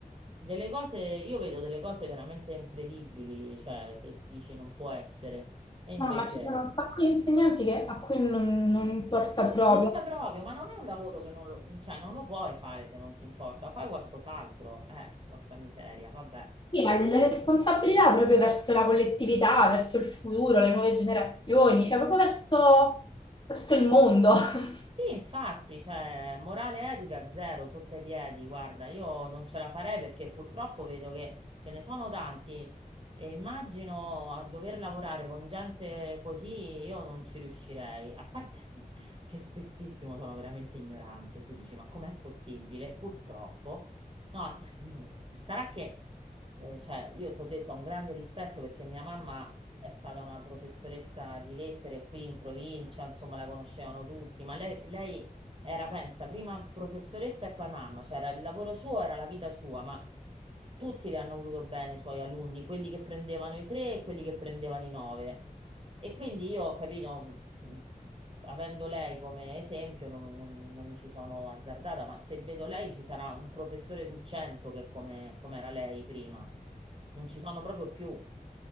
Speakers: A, on the right; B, on the left.
A: delle cose, io vedo delle cose veramente incredibili, cioè che dici non può essere, e invece
B: No, ma ci sono
A: è.
B: un sacco di insegnanti che- a cui non, non importa
A: non
B: proprio.
A: importa proprio, ma non è un lavoro che non lo, cioè, non lo puoi fare se non ti importa, fai qualcos'altro, eh, porca miseria, vabbè.
B: Sì, hai delle responsabilità proprio verso la collettività, verso il futuro, le nuove generazioni, cioè proprio verso, verso il mondo. <laughs>
A: Sì, infatti, cioè, morale e etica zero sotto i piedi, guarda, io non ce la farei perché purtroppo vedo che ce ne sono tanti e immagino a dover lavorare con gente così io non ci riuscirei, a parte <laughs> che spessissimo sono veramente ignoranti e tu dici, ma com'è possibile? Purtroppo. No, ass- io- sarà che, eh, cioè, io ti ho detto, ho un grande rispetto perché mia mamma è stata una professoressa di lettere qui in provincia, insomma, la conoscevano tutti, ma lei, lei era, pensa, prima professoressa e poi mamma, cioè era- il lavoro suo era la vita sua, ma tutti le hanno voluto bene i suoi alunni, quelli che prendevano i tre e quelli che prendevano i nove. E quindi io, capito, mh, avendo lei come esempio, non, non- non mi ci sono azzardata, ma se vedo lei ci sarà un professore su cento che è come, come era lei prima. Non ci sono proprio più,